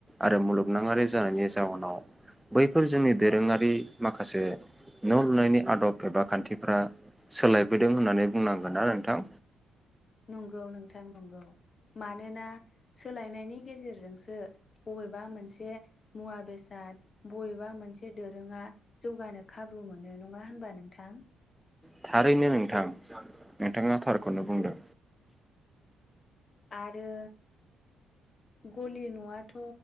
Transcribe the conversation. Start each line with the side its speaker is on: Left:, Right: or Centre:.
Centre: आरो मुलुगनाङारि जानायनि जाउोनाव बैफोर जोंनि दोरोङारि माखासे न' लुनायनि आदब एबा खान्थिफ्रा सोलायबोदों होननानै बुंनांगोनना नोंथां?
Left: नंगौ नोंथां नंगौ मानोना सोलायनायनि गेजेरजोंसो बबेबा मोनसे मुवा बेसाद बबेबा मोनसे दोरोङा जौगानो खाबु मोनो नङा होनबा नोंथां
Centre: थारैनो नोंथां नोंथाङा थारखौनो बुंदों।
Left: आरो गलि न'आथ'